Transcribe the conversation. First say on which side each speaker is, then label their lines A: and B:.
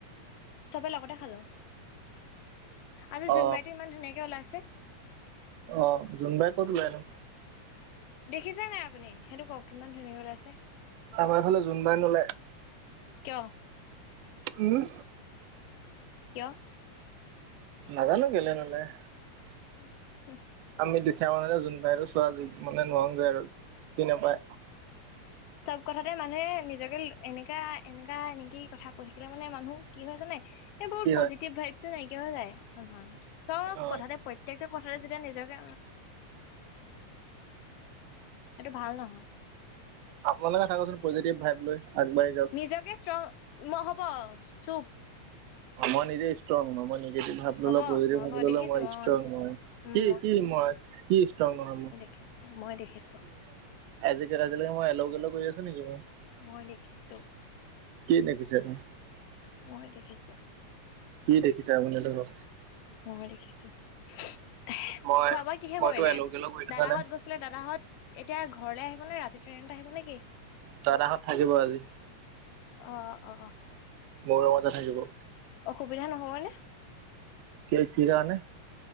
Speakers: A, on the left; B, on the right.
A: চবে লগতে খালো আৰু
B: অ
A: জোনবাইটো ইমান ধুনীয়াকে ওলাইছে।
B: অ', জোনবাই ক'ত উলাই নু?
A: দেখিছে নাই আপুনি, সেইটো কওক কিমান ধুনীয়াকে ওলাইছে।
B: আমাৰ ফালে জোনবাই নুলাই।
A: কিয়?
B: উম।
A: কিয়?
B: নাজানো কেলে নাযায়
A: উম হু
B: আমি দুখীয়া মানহ নে যোনবাই চোৱা যোগ মানে নহওঁগৈ আৰু বিনে প
A: চব কথাতে মানুহে নিজকে এনেককা এনেককা এনেকি কথা কৈ থাকিলে মানে মানুহ কি হয় জানে এইেই বহুত
B: কি
A: পজিটিভ
B: হয়
A: ভাইভতটো নাইকিয়া হৈ যায় মানুহৰ চব
B: অ
A: কথাতে প্ৰত্যেকটো কথাটো যেতিয়া নিজকে সেইটো ভাল নহয়
B: আপোনালোকে থাককচোন পজেটিভ ভাইপ লৈ আগবাঢ়ি যাওক
A: নিজকে শ্ৰংহ'ব চুপ
B: আ মই নিজে ষ্ট্ৰং ভ
A: হ'ব
B: লি
A: হ'ব
B: ভ
A: দেখিছো
B: ল মইষ্টং
A: অ দেখিছো
B: নহয়
A: মই উম
B: কি কি মই কিষ্টং নহয় মই
A: দেখিছোঁ মই দেখিছোঁ
B: আজিলৈকে মই এল গেল কৰি আছো নেকি মই
A: মই দেখিছোঁ
B: কি দেখিছে আপুনি?
A: মই দেখিছোঁ
B: কি দেখিছা আপুনিহঁ
A: মই দেখিছো খোৱা
B: মই
A: বোৱা কিহে
B: মইতো
A: কৰিলে
B: এলৌ গেলৌ কৰি থকা
A: দাদাহঁত
B: নাই
A: গৈছিলে দাদাহঁত এতিয়া ঘৰলে আহিব নে ৰাতি ট্ৰেইনটা আহিব নে কি
B: দাদাহঁত থাকিব আজি
A: অ', অ'
B: মোৰ ৰূমতে থাকিব।
A: অসুবিধা নহবনে?
B: ক কি কাৰানে?